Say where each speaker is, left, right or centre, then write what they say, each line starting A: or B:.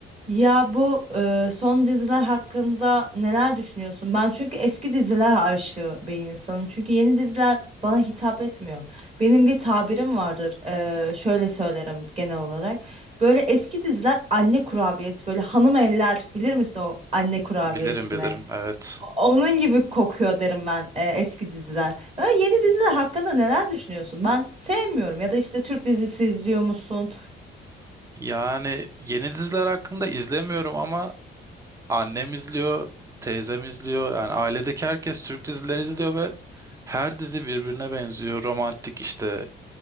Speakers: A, on the right; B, on the right.
A: Ya bu e, son diziler hakkında neler düşünüyorsun? Ben çünkü eski diziler aşığı bir insanım. Çünkü yeni diziler bana hitap etmiyor. Benim bir tabirim vardır. e, şöyle söylerim genel olarak. Böyle eski diziler anne kurabiyesi, böyle hanım evler bilir misin o anne kurabiyesine?
B: Bilirim bilirim evet.
A: O- Onun gibi kokuyor derim ben e, eski diziler. Böyle yeni diziler hakkında neler düşünüyorsun? Ben sevmiyorum ya da işte Türk dizisi izliyor musun?
B: Yani yeni diziler hakkında izlemiyorum ama annem izliyor, teyzem izliyor. Yani ailedeki herkes Türk dizileri izliyor ve her dizi birbirine benziyor. Romantik işte